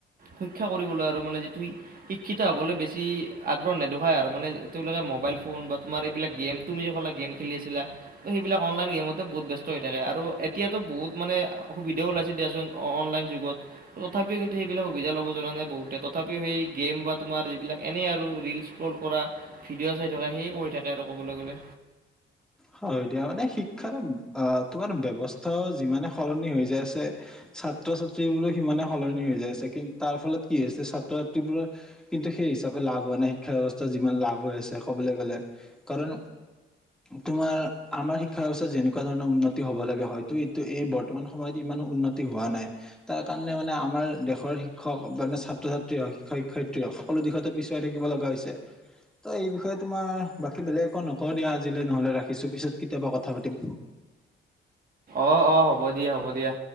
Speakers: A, on the right; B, in the centre.
A: শিক্ষা কৰিবলৈ আৰু মানে যিটো শিক্ষিত হবলৈ বেছি আগ্ৰহ নেদোখাই আৰু মানে তেওঁলোকে। মোবাইল ফোন বা তোমাৰ এইবিলাক গেম। তুমি জখালা গেম খেলি আছিলা তো সেইবিলাক অনলাইন গেমতে বহুত ব্যস্ত হৈ থাকে আৰু এতিয়াতো বহুত মানে। সুবিধাও ওলাইছে দিয়াচোন অ অনলাইন যুগত। তথাপিও কিন্তু সেইবিলাক সুবিধা ল'ব জনা নাই বহুতে তথাপিও সেই। গেম বা তোমাৰ যিবিলাক এনেই আৰু ৰিল ষ্ট্ৰল কৰা, ভিডিঅ' চাই থকা সেইে কৰি থাকে আৰু ক'বলৈ গ'লে।
B: হয় দিয়া মানে শিক্ষাৰ অ তোমাৰ ব্যৱস্থা। ও যিমানে সলনি হৈ যাই আছে ছাত্ৰ ছাত্ৰী বোৰো সিমানে সলনি হৈ যাই আছে কিন্তু তাৰ ফলত। কি হৈছে ছাত্ৰ ছাত্ৰীবোৰৰ কিন্তু সেই হিচাপে লাভ হোৱা নাই শিক্ষা ব্যৱস্থা যিমান লাভ হৈ আছে ক'বলৈ গ'লে। কাৰণ। তোমাৰ আমাৰ শিক্ষা ব্যৱস্থাত যেনেকুৱা ধৰণৰ উন্নতি হ'ব লাগে হয়তটো এইটো এই বৰ্তমান সময়ত ইমান উন্নতি। হোৱা নাই তাৰ কাৰণে মানে আমাৰ দেশৰ শিক্ষক মানে ছাত্ৰ ছাত্ৰী হওক শিক্ষক শিক্ষয়িত্ৰী হওক সকলো। দিশতে পিছুৱাই থাকিব লগা হৈছে ত এই বিষয়ে তোমাৰ বাকী বেলেগ একো নকৰ দিয়া আজিলৈ নহলে ৰাখ। ৰাখিছো পিছত কেতিয়াবা কথা পাতিম।
A: অ অ হ'ব দিয়া হ'ব দিয়া।